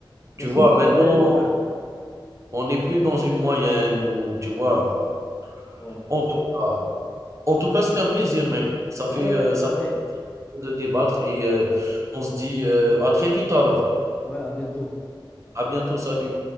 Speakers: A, on the right; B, on the left.
A: Tu
B: Mais sinon,
A: vois, maintenant.
B: c'était, ouais,
A: On n'est plus dans une moyenne ou tu vois?
B: ouais,
A: En tout cas en tout cas, c'était un plaisir, mec. Ça fait,
B: ouais,
A: heu,
B: pareil.
A: ça fait plaisir de débattre et heu, on se dit, heu, à très vite alors.
B: Ouais, à bientôt.
A: À bientôt, salut.